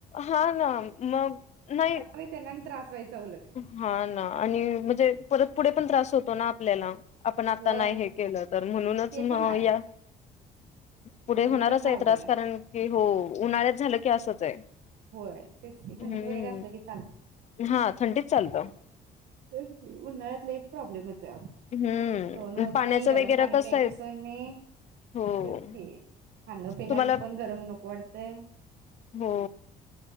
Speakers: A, on the left (about 40°); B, on the right (about 75°).
A: हा ना मग नाही
B: ते त्यांना आणि त्रास व्हायचा उलट
A: हा ना आणि म्हणजे परत पुढे पण त्रास होतो ना आपल्याला आपण आता
B: होय
A: नाही हे केलं तर म्हणूनच
B: ते पण
A: म
B: हाय
A: या पुढे
B: दोन्हीकडनं
A: होणारच आहे
B: अवघड
A: त्रास कारण की हो उन्हाळ्यात झालं की असंच आहे.
B: होय तेच की थंडीत
A: हम्म
B: वगैरे असलं की चाल
A: हा थंडीच चालतो.
B: तेच कि उन्हाळ्यात लई प्रॉब्लेम ये तोय आओ
A: हम्म
B: सहन होत
A: पाण्याचं
B: नाही, गरम
A: वगैरे
B: पाणी
A: कसं
B: प्यायची
A: आहे
B: सोय नाही
A: हो
B: तेचकी खाण पिण्याचं
A: तुम्हाला
B: पण गरम नको वाटत. ते
A: हो,